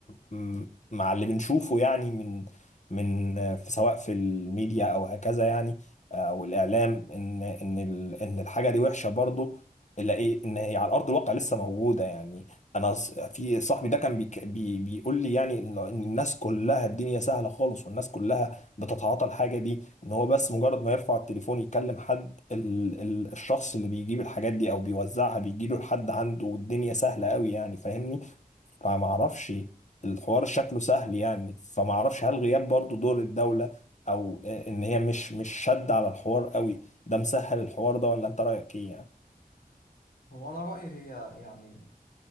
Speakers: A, on the left; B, on the left.
A: م- مع اللي بنشوفه يعني من من آه، في سواء في الميديا أو هكذا يعني آه، أو الإعلام إن إن ال- إن الحاجة دي وحشة برضو إلا إيه إن هي على أرض الواقع لسه موجودة يعني أنا ص- في صاحبي ده كان بيك- بي بيقول لي يعني إن إن الناس كلها الدنيا سهلة خالص والناس كلها بتتعاطى الحاجة دي ان هو بس مجرد ما يرفع التليفون يكلم حد ال ال الشخص اللي بيجيب الحاجات دي او بيوزعها بيجيله لحد عنده والدنيا سهله قوي يعني فاهمني فما اعرفش الحوار شكله سهل يعني فما اعرفش هل غياب برضو دور الدوله او آه، ان هي مش مش شد على الحوار قوي ده مسهل الحوار ده ولا انت رايك ايه يعني
B: هو أنا رأيي هي يعني